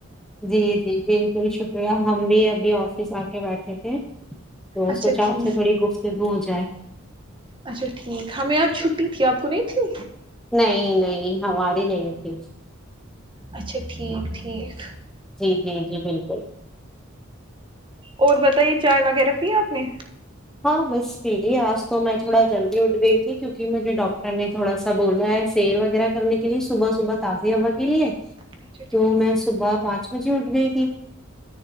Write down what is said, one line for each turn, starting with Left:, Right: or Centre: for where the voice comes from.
Centre: ہے جی جی بالکل شکریہ ہم بھی ابھی آفس آ کے بیٹھے تو
Right: اچھا
Centre: سوچا
Right: ٹھیک
Centre: آپ سے تھوڑی گفتگو ہو جائے جائے
Right: اچھا ٹھیک ہمیں یہاں چھٹی تھی آپ کو نہیں تھی
Centre: نہیں نہیں ہماری نہیں تھی
Right: اچھا ٹھیک ٹھیک
Centre: جی جی جی بالکل
Right: اور بتائیے چائے وغیرہ پی آپ نے
Centre: ہاں بس پیلی آج تو میں تھوڑا جلدی اٹھ گئی تھی کیوںک کہ مجھے ڈاکٹر نے تھوڑا سا بولا ہے سیر وغیرہ کرنے کے لیے صبح صبح تازی ہوا کے لیے
Right: اچھا
Centre: تو
Right: ٹھیک
Centre: میں صبح پانچ بجے اٹھ گئی تھی